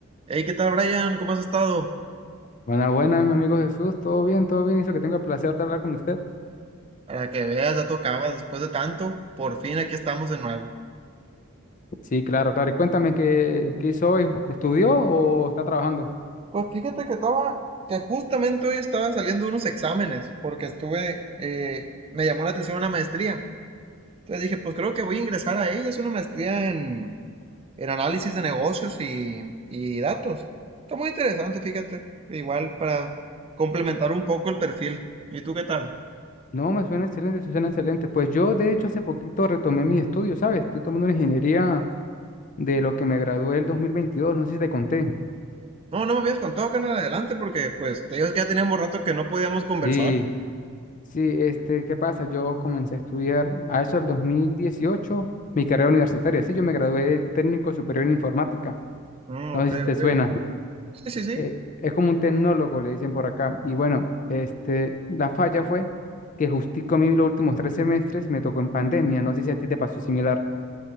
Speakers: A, on the right; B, on the left.
A: Hey, ¿qué tal, Brian? ¿Cómo has estado?
B: Buenas, buenas, mi amigo Jesús. ¿Todo bien? ¿Todo bien? Hizo que tenga el placer de hablar con usted.
A: Para que veas, ya tocaba después de tanto. Por fin aquí estamos de nuevo.
B: Sí, claro, claro. Y cuéntame, ¿qué, qué hizo hoy? ¿Estudió o está trabajando?
A: Pues fíjate que estaba, que justamente hoy estaba saliendo unos exámenes, porque estuve, eh, me llamó la atención una maestría. Entonces dije, pues creo que voy a ingresar a ella. Es una maestría en, en análisis de negocios y, y datos. Está muy interesante, fíjate. Igual para complementar un poco el perfil. ¿Y tú qué tal?
B: No, me suena excelente, suena excelente. Pues yo, de hecho, hace poquito retomé mis estudios, ¿sabes? Estoy tomando una ingeniería de lo que me gradué el dos mil veintidós No sé si te conté.
A: No, no me habías contado, carnal, adelante, porque pues te digo es que ya teníamos rato que no podíamos conversar.
B: Sí, sí, este, ¿qué pasa? Yo comencé a estudiar a eso el dieciocho mi carrera universitaria. Sí, yo me gradué de técnico superior en informática.
A: Mm,
B: No
A: ok,
B: sé si te
A: ok.
B: suena.
A: Sí, sí, sí.
B: eh, es como un tecnólogo, le dicen por acá. Y bueno, este, la falla fue que justico a mí los últimos tres semestres me tocó en pandemia. No sé si a ti te pasó similar.